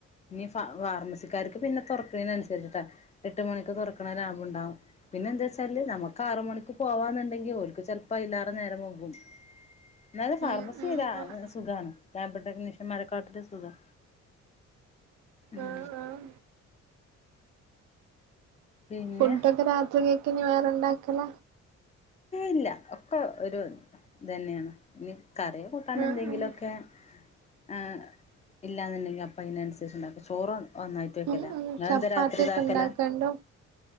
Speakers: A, on the left; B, on the right.
A: ഇനി ഫ ഫാർമസിക്കാർക്ക് പിന്നെ തുറക്കണന് അനുസരിച്ചിട്ടാ എട്ട് മണിക്ക് തുറക്കണ ലാഭം ഉണ്ടാവും പിന്നെ എന്താ വെച്ചാല് നമുക്ക് ആറു മണിക്കൂ പോവാന്നുണ്ടെങ്കി ഒരിക്കക്ക് ചെപ്പപ്പോ അല്ലാെ നേരം പോകും എന്നല് ഫാർമസിയില
B: ഉം ഉം ആഹ്
A: സുഖമാണ് ലാബ് ടെക്നീഷ്യൻ മാലക്കാട്ടെ സുഖം ഉം
B: ആഹ്
A: പിന്നെ
B: ഫുഡ ഒക്കെ രാത്രി കേക്ക ഇനി വേറെണ്ടാക്കല
A: ഇല്ല ഒക്കെ ഒരു ഇതന്നെയാണ് ഇനി കറിയെ കൂട്ടൻ
B: ആഹ്
A: എന്തെങ്കിലുമൊക്കെ
B: ആഹ്
A: ഒക്കെ ഇല്ലെന്നുണ്ടെങ്കിൽ അപ്പം ഇതിനന അനുസരിച്ചുണ്ടാക്കുക ചോറ് ഒന്നായിട്ട് വെക്കല
B: ഉം ഉം
A: ഇങ്ങനെന്താ
B: ചപ്പാത്തിയൊക്കെ
A: രാത്രി ഇതാക്കല
B: ഉണ്ടാക്കണ്ടോ